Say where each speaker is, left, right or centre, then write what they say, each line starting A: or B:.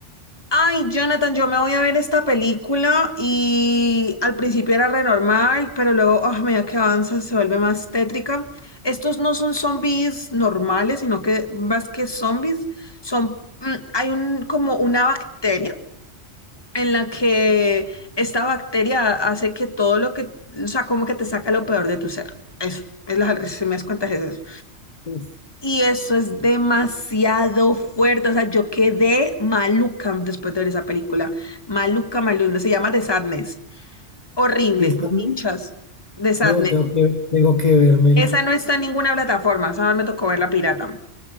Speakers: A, on the left; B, on the left.
A: Ay, Jonathan, yo me voy a ver esta película y al principio era re normal, pero luego, ah, a medida que avanza, se vuelve más tétrica. Estos no son zombies normales, sino que más que zombies, son, mm, hay un, como una bacteria en la que esta bacteria hace que todo lo que, o sea, como que te saca lo peor de tu ser. Eso, es la, si me das cuenta, es eso.
B: Uf,
A: Y eso es demasiado fuerte. O sea, yo quedé maluca después de ver esa película. Maluca, maluca. Se llama The Sadness. Horrible.
B: ¿De Sadness?
A: Muchas. The Sadness.
B: No, tengo que, tengo que vérmela.
A: Esa no está en ninguna plataforma. Esa me tocó ver la pirata.